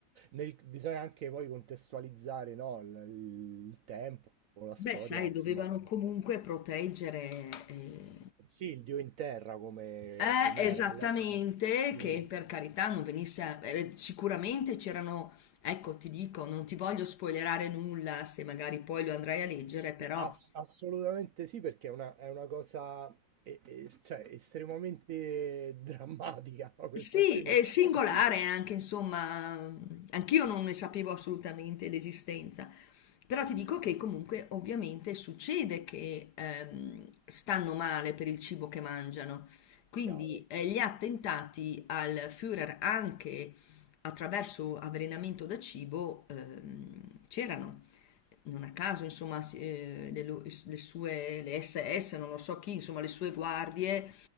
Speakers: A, on the right; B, on the left.
A: nel- bisogna anche poi contestualizzare, no, il, il tempo, la storia,
B: Beh, sai,
A: insomma,
B: dovevano comunque proteggere eh,
A: sì, il Dio in terra come,
B: Eh,
A: come
B: esattamente,
A: era. Quindi,
B: che per carità non venisse a- eh, sicuramente c'erano, ecco, ti dico, non ti voglio spoilerare nulla se magari poi lo andrai a leggere,
A: Sì,
B: però
A: ass- assolutamente sì, perché è una, è una cosa e- e- cioè, estremamente <laughs> drammatica. no? Questa
B: sì,
A: qui
B: è
A: no. <laughs>
B: singolare anche, insomma, anch'io non ne sapevo assolutamente l'esistenza. Però ti dico che comunque ovviamente succede che ehm, stanno male per il cibo che mangiano. Quindi
A: Chiaro,
B: eh, gli attentati al Führer anche attraverso avvelenamento da cibo ehm, c'erano. Non a caso, insomma, si- eh, le, lo- le sue, le SS, non lo so chi, insomma, le sue guardie